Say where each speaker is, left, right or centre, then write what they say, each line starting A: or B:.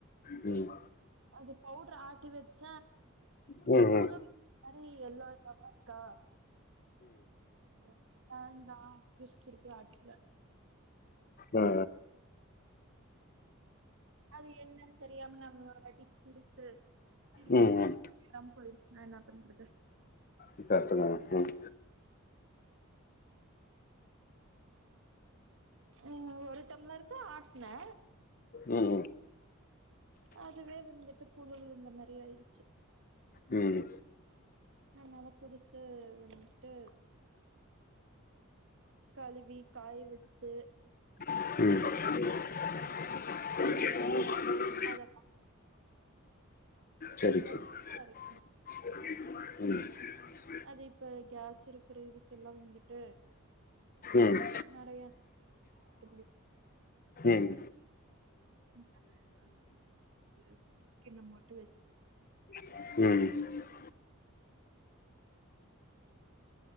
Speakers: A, on the left (about 45°); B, on the right (about 65°).
A: ம்
B: அது பவுடர் ஆத்தி வச்ச
A: ஆ ஆ
B: புலு <inaudible> மாரி எல்லா இல்லாம இருக்கா <inaudible> வேண்டா <inaudible> ஆட்டிக்ல
A: அ அ
B: அது என்னன்னு தெரியாம நம்ம வாட்டிக் குடுத்து திருப்பி
A: ம் ம்
B: <inaudible> போயிருச்சுன்னா என்னா பண்றது
A: இ த அர்த்ததான ம்
B: ம் ஒரு டம்ளருக்கு ஆட்னே
A: ம் ம்
B: அதுவே வெந்துட்டு புழு இந்தமேறி ஆயிடுச்சி
A: ம்
B: அதனால புதுசு வந்துட்டு கழுவி காய வச்சு
A: ம்
B: அத பாத்
A: சரி
B: கருப்பா
A: சரி
B: இருக்குமா
A: ம்
B: அது இப்ப கேஸ் இருக்குற இதுக்கெல்லாமக்ஷ வந்துட்டு
A: ம்
B: நெறையா இப்டி
A: ம்
B: <unintelligible> கின்ன மட்டு <unintelligible>
A: ம்